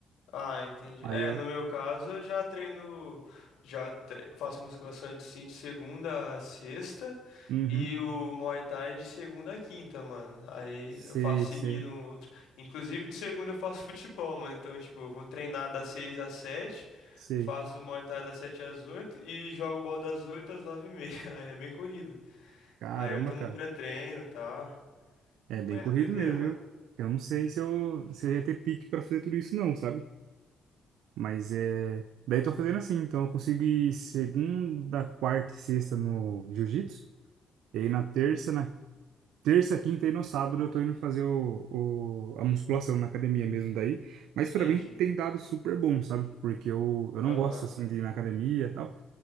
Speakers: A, on the left (about 85°); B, on the right (about 85°).
A: ah, entendi.
B: Aí
A: É,
B: eu,
A: no meu caso, eu já treino, já tre- faço musculação de sim de segunda a sexta
B: uhum,
A: e o Muay Thai de segunda a quinta, mano. Aí
B: sei,
A: eu faço seguido
B: sei,
A: um outro. Inclusive de segunda eu faço futebol, mano. Então, tipo, eu vou treinar das seis às sete,
B: sei.
A: faço Muay Thai das sete às oito e jogo bola das oito às nove e meia. <laughs> Aí é bem corrido.
B: Caramba,
A: Aí eu tomo
B: cara.
A: um pré-treino e tal.
B: É
A: Mas
B: bem corrido
A: é doideira,
B: mesmo,
A: mano.
B: viu? Eu não sei se eu, se eu ia ter pique pra fazer tudo isso, não, sabe? Mas é. Daí eu tô fazendo assim, então eu consigo ir segunda, quarta e sexta no jiu-jitsu. E aí na terça, na terça, quinta e no sábado eu tô indo fazer o, o- a musculação na academia mesmo daí. Mas
A: Entendi.
B: pra mim tem dado super bom, sabe? Porque eu, eu não
A: Aham.
B: gosto assim de ir na academia e tal.